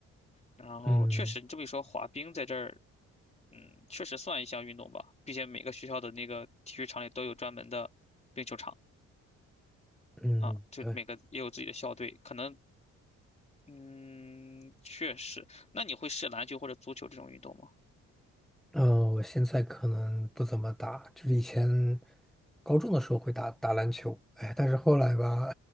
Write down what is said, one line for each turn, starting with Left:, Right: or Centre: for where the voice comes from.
Left: 然后确实，
Centre: 嗯
Left: 你这么一说，滑冰在这儿，嗯，确实算一项运动吧，并且每个学校的那个体育场里都有专门的冰球场
Centre: 嗯，
Left: 啊，就每个也有自己的校队，
Centre: 对，
Left: 可能，嗯，确实。那你会试篮球或者足球这种运动吗？
Centre: 嗯、我现在可能不怎么打，就是以前高中的时候会打打篮球，哎，但是后来吧，